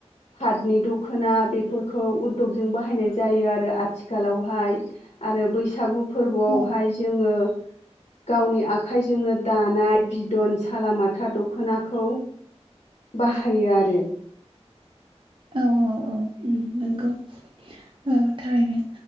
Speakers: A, on the left (about 60°); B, on the right (about 50°).
A: पाटनि दख'ना बेफोरखौ उद्गजों बाहायनाय जायो आरो आथिखालावहाय आरो बैसागु फोरबोआवहाय
B: औ
A: जोङो गावनि आखाइजोंनो दानाय बिदन सालामाथा दखनाखौ बाहायो आरो
B: औ औ औ उम नंगौ औ थारैनो